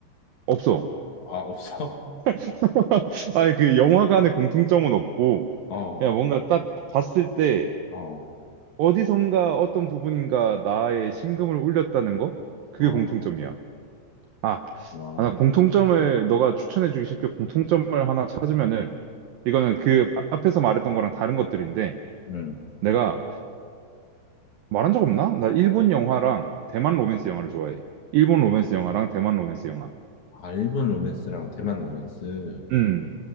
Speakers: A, on the right; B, on the left.
A: 없어.
B: 아, 없어? <laughs>
A: <laughs> 아니, 그 영화관의 공통점은 없고,
B: 어,
A: 그냥 뭔가 딱 봤을 때
B: 어,
A: 어디선가 어떤 부분인가 나의 심금을 울렸다는 거? 그게
B: 어,
A: 공통점이야. 아,
B: 와,
A: 아, 나 공통점을 너가 추천해주기 쉽게 공통점을 하나 찾으면은 이거는 그 아- 앞에서 말했던 거랑 다른 것들인데
B: 응.
A: 내가 말한 적 없나? 나 일본 영화랑 대만 로맨스 영화를 좋아해. 일본 로맨스 영화랑 대만 로맨스 영화.
B: 아, 일본 로맨스랑 대만 로맨스.
A: 음.